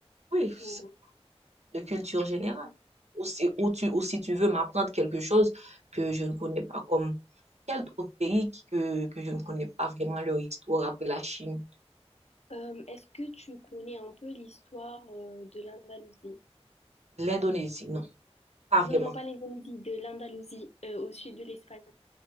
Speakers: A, on the right (about 85°); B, on the left (about 75°).
A: Oui, ça,
B: ou-
A: de culture générale. Ou si, ou tu, ou si tu veux m'apprendre quelque chose que je ne connais pas, comme quel autre pays que, que je ne connais pas vraiment leur histoire après la Chine,
B: Euh, est-ce que tu connais un peu l'histoire euh, de l'Andalousie?
A: l'Indonésie, non, pas vraiment.
B: Non, non, pas l'Indonésie, de l'Andalousie, euh, au sud de l'Espagne.